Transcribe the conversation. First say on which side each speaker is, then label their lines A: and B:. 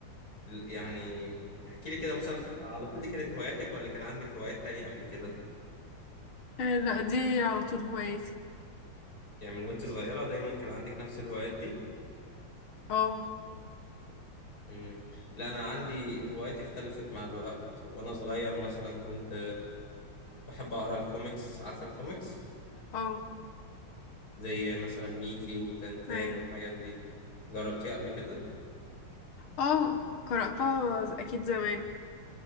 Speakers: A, on the left; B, on the left.
A: ال- يعني احكي لي كده مثلا على طول دي كانت هواياتك ولا كان عندك هوايات تانية قبل كده
B: آه، لأ دي على طول هواياتي
A: يعني من وانت صغيره دايما كان عندك نفس الهوايات دي؟
B: اه
A: مم. لا انا عندي هواياتي اختلفت مع الوقت وانا صغير مثلا كنت بحب اقرا الكوميكس عارفه الكوميكس
B: اه
A: زي مثلا ميكي وتنتان
B: أيوه
A: والحاجات دي جربتيها قبل كده
B: اه قرأتها ز- أكيد زمان